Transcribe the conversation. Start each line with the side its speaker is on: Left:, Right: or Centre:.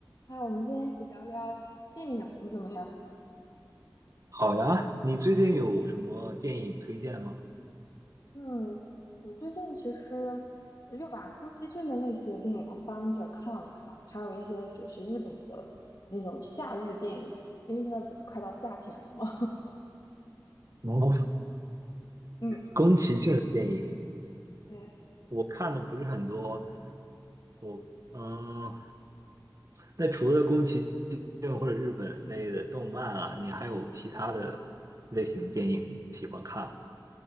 Left: 嗨，我们今天一起聊聊电影怎么样？
Right: 好呀，你最近有什么电影推荐吗？
Left: 嗯，我最近其实呃又把宫崎骏的那些电影翻着看了看，还有一些就是日本的那种夏日电影，因为现在不是快到夏天了吗？
Right: 哦，
Left: <laughs> 嗯，
Right: 宫崎骏的电影
Left: 对，
Right: 我看的不是很多，我嗯，那除了宫崎骏或者日本类的动漫啊，你还有其他的类型的电影喜欢看吗？